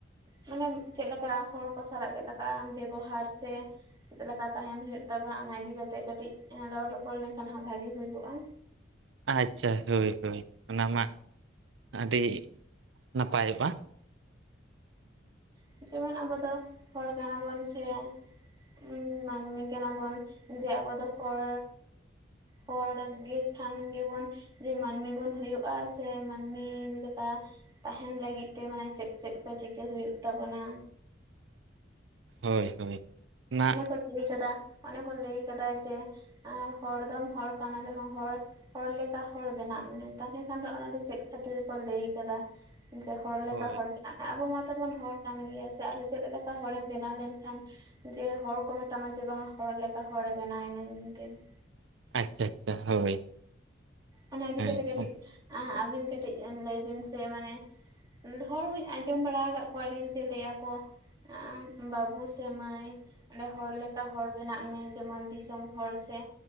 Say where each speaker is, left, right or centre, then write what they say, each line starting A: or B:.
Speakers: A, on the right; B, on the right.
A: ᱢᱟᱱᱮ ᱪᱮᱜ ᱞᱮᱠᱟ ᱦᱚᱲ ᱠᱚ ᱥᱟᱞᱟᱜ ᱪᱮᱜ ᱞᱮᱠᱟ ᱵᱮᱵᱚᱦᱟᱨ ᱥᱮ ᱪᱮᱫ ᱞᱮᱠᱟ ᱛᱟᱦᱮᱱ ᱦᱩᱭᱩᱜ ᱛᱟᱵᱚᱱᱟ, ᱚᱱᱟ ᱤᱫᱤ ᱠᱟᱛᱮᱜ ᱠᱟᱹᱴᱤᱡ ᱮᱸ ᱨᱚᱲ ᱨᱚᱯᱚᱲ ᱞᱮᱱᱠᱷᱟᱱ ᱦᱟᱸᱜ ᱵᱷᱟᱜᱤ ᱦᱩᱭ ᱠᱚᱜ-ᱟ᱾
B: ᱟᱪᱪᱷᱟ ᱦᱳᱭ ᱦᱳᱭ, ᱚᱱᱟ ᱢᱟ ᱟᱹᱰᱤ ᱱᱟᱯᱟᱭᱚᱜ-ᱟ᱾
A: ᱦᱮᱸ ᱡᱮᱢᱚᱱ ᱟᱵᱚ ᱫᱚ ᱦᱚᱲ ᱠᱟᱱᱟᱵᱚᱱ ᱥᱮ ᱩᱸᱻ ᱢᱟᱱᱢᱤ ᱠᱟᱱᱟ ᱵᱚᱱ, ᱡᱮ ᱟᱵᱚ ᱫᱚ ᱦᱚᱲ ᱦᱚᱲ ᱜᱮ ᱠᱷᱟᱱ ᱜᱮ ᱵᱚᱱ ᱡᱮ ᱢᱟᱱᱢᱤ ᱵᱚᱱ ᱦᱩᱭᱩᱜ-ᱟ ᱥᱮ ᱢᱟᱱᱢᱤ ᱞᱮᱠᱟ ᱛᱟᱦᱮᱱ ᱞᱟᱹᱜᱤᱫ ᱛᱮ ᱢᱟᱱᱮ ᱪᱮᱫ ᱪᱮᱫ ᱠᱚ ᱪᱤᱠᱟᱹ ᱦᱩᱭᱩᱜ ᱛᱟᱵᱚᱱᱟ
B: ᱦᱳᱭ ᱦᱳᱭ᱾ ᱚᱱᱟ
A: ᱚᱱᱮ ᱠᱚ ᱞᱟᱹᱭ ᱠᱟᱫᱟ ᱚᱱᱮ ᱠᱚ ᱞᱟᱹᱭ ᱠᱟᱫᱟ ᱡᱮ ᱟᱸ ᱦᱚᱲ ᱫᱚᱢ ᱦᱚᱲ ᱠᱟᱱᱟ ᱨᱮᱦᱚᱸ ᱦᱚᱲ ᱦᱚᱲ ᱞᱮᱠᱟ ᱦᱚᱲ ᱵᱮᱱᱟᱜ ᱢᱮ ᱾ ᱛᱟᱦᱚᱞᱮ ᱠᱷᱟᱱ ᱫᱚ ᱚᱱᱟ ᱫᱚ ᱪᱮᱫ ᱠᱷᱟᱹᱛᱤᱨ ᱠᱚ ᱞᱟᱹᱭ ᱟᱠᱟᱫᱟ ᱡᱮ ᱦᱚᱲ ᱞᱮᱠᱟ
B: ᱦᱳᱭ
A: ᱦᱚᱲ ᱵᱮᱱᱟᱜ ᱢᱮ ᱾ ᱟᱵᱚ ᱢᱟᱛᱚ ᱵᱚᱱ ᱦᱚᱲ ᱠᱟᱱ ᱜᱮᱭᱟ ᱥᱮ ᱟᱨ ᱦᱚᱸ ᱪᱮᱫ ᱞᱮᱠᱟ ᱦᱚᱲᱮᱢ ᱵᱮᱱᱟᱣ ᱞᱮᱱᱠᱷᱟᱱ ᱡᱮ ᱦᱚᱲ ᱠᱚ ᱢᱮᱛᱟᱢᱟ ᱡᱮ ᱵᱟᱝ ᱦᱚᱲ ᱞᱮᱠᱟ ᱦᱚᱲᱮ ᱵᱮᱱᱟᱣᱮᱱᱟ ᱢᱮᱱᱛᱮᱱ ᱾
B: ᱟᱪᱪᱷᱟ ᱟᱪᱪᱷᱟ ᱦᱳᱭ᱾
A: ᱚᱱᱟ ᱤᱫᱤ
B: ᱦᱮᱸ
A: ᱠᱟᱛᱮᱜ ᱠᱟᱹᱴᱤᱡ
B: ᱦᱩᱸ
A: ᱟᱸ ᱟᱵᱤᱱ ᱠᱟᱹᱴᱤᱡ ᱞᱟᱹᱭ ᱵᱤᱱ ᱥᱮ ᱢᱟᱱᱮ ᱩᱸ ᱦᱚᱲ ᱦᱩᱧ ᱟᱸᱡᱚᱢ ᱵᱟᱲᱟᱣ ᱟᱠᱟᱜ ᱠᱚᱣᱟ ᱞᱤᱧ ᱡᱮ ᱞᱟᱹᱭ ᱟᱠᱚ ᱟᱸ ᱵᱟᱵᱩ ᱥᱮ ᱢᱟᱹᱭ ᱟᱱᱮ ᱦᱚᱲ ᱞᱮᱠᱟ ᱦᱚᱲ ᱵᱮᱱᱟᱜ ᱢᱮ ᱡᱮᱢᱚᱱ ᱫᱤᱥᱚᱢ ᱦᱚᱲ ᱥᱮ